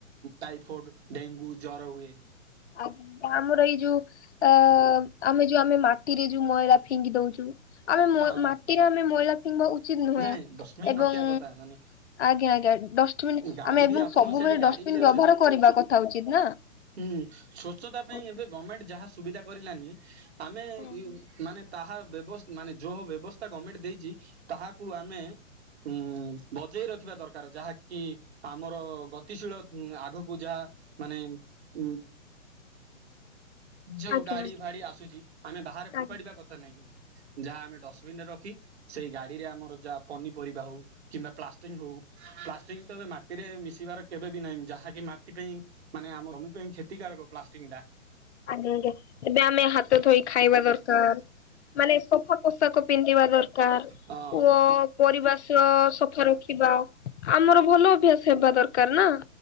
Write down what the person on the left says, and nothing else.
ଆ ଆମର ଏଇ ଯୋଉ ଅ ଆମେ ଯୋଉ ଆମେ ମାଟିରେ ଯୋଉ ମଇଳା ଫିଙ୍ଗି ଦଉଛୁ। ଆମେ ମ
ମାଟିରେ ଆମେ ମଇଳା ଫିଙ୍ଗିବା ଉଚିତ୍ ନୁହେଁ
ଏବଂ
ଆଜ୍ଞା ଆଜ୍ଞା ଡଷ୍ଟବିନ୍
ଆମେ ଏବଂ
ସବୁବେଳେ
ଡଷ୍ଟବନ୍
ବ୍ୟବହାର କରିବା କଥା ଉଚିତ ନା?
ହୁଁ
ହୁଁ।
ଆଜ୍ଞା
ଆଜ୍ଞା
ଆଜ୍ଞା
ଆଜ୍ଞା ଆଜ୍ଞା ଏବେ ଆମେ ହାତ ଥୋଇ ଖାଇବା ଦରକାର। ମାନେ ସଫା ପୋଷାକ ପିନ୍ଧିବା ଦରକାର।
ଓ ପରିବାଶ ସଫା ରଖିବା। ଆମର ଭଲ ଅଭ୍ୟାସ ହେବା ଦରକାର ନା?